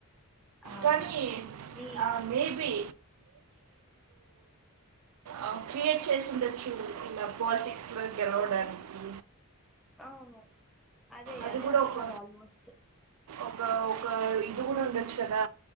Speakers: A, in the centre; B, on the right.
A: ఆ
B: కానీ
A: మీ
B: మేబీ ఆ క్రియేట్ చేసుండొచ్చు ఇలా పాలిటిక్స్ లో గెలవడానికి
A: అవును అదే
B: అది
A: అదే
B: కూడా
A: అంటున్నారు
B: ఒక
A: ఆల్మోస్ట్
B: ఒక ఒక ఇది గుడ ఉండొచ్చు కదా